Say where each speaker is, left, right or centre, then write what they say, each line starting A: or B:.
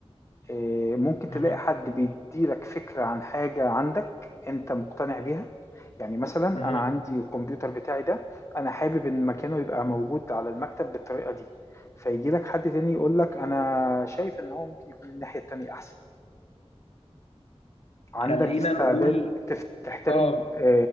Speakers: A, on the left (about 25°); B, on the left (about 70°).
A: آآ، ممكن تلاقي
B: مهم.
A: حد بيدّي لك فكرة عن حاجة عندك أنت مقتنع بيها، يعني مثلًا
B: مهم.
A: أنا عندي الكمبيوتر بتاعي ده أنا حابب إن مكانه يبقى موجود على المكتب بالطريقة دي، فييجي لك حد تاني يقول لك أنا شايف إن هو ممكن يكون الناحية التانية أحسن، عندك
B: خلينا
A: استعداد
B: نقول
A: تف تحترم
B: اه
A: آآ،